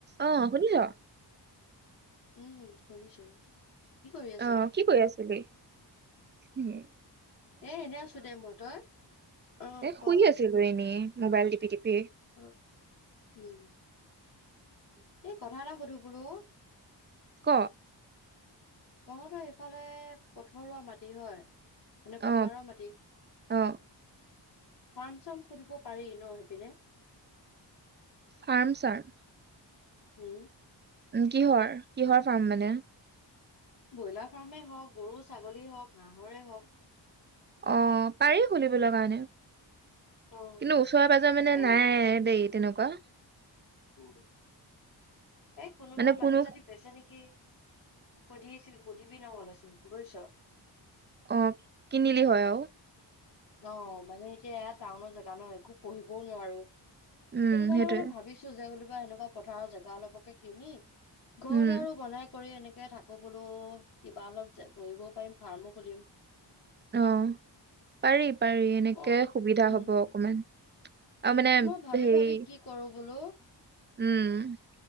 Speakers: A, on the right; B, on the left.
A: অ, শুনিছ।
B: উম, শুনিছো। কি কৰি আছ?
A: অহ, কি কৈ আছিলি? উম,
B: এ এনে আছো দে মই তই অহ,
A: এ
B: ক?
A: শুই আছিলো এনেই মোবাইল টিপি-টিপি।
B: অ, উম, এ কথা এটা সুধো বোলো।
A: ক?
B: তহতৰ সেইফালে পথৰুৱা মাটি হয়। মানে
A: অ
B: পথাৰৰ মাটি
A: অ
B: ফাৰ্ম চাম খুলিব পাৰি ন হেপিনে
A: ফাৰ্ম ছাৰ
B: উম
A: কিহৰ কিহৰ ফাৰ্ম মানে
B: ব্ৰইলাৰ ফাৰ্মেই হওঁক গৰু ছাগলী হওঁক হাঁহৰে হওক
A: অ পাৰি খুলিবলৈ কাৰণে
B: অ',
A: কিন্তু ওচৰে পাজৰে মানে
B: এই
A: নাই দেই তেনেকুৱা
B: উ এই কোনোবাই
A: মানে
B: মাটি
A: কোনো
B: চাটি বেচে নেকি সুধিছিল সুধিবি নহ'লোন বুজিছ
A: অ কিনিলি হয়
B: অ মানে এতিয়া এয়া টাউনৰ জেগা ন একো পঢ়িবও নোৱাৰো সেইটো
A: উম
B: কাৰণে
A: সেইটোৱে
B: মানে ভাবিছো যে বোলো কিবা এনেকুৱা পথাৰৰ জেগা অলপকে কিনি ঘৰ
A: উম
B: দুৱাৰো বনাই কৰি এনেকে থাকো বোলো কিবা অলপ বহিবও পাৰিম ফাৰ্মো খুলিম
A: আহ পাৰি পাৰি এনেকে
B: মই
A: সুবিধা
B: উম
A: হব অকমান আৰু মানে
B: মই ভাবি-ভাবি
A: হেৰি
B: কি কৰো বোলো।
A: উম,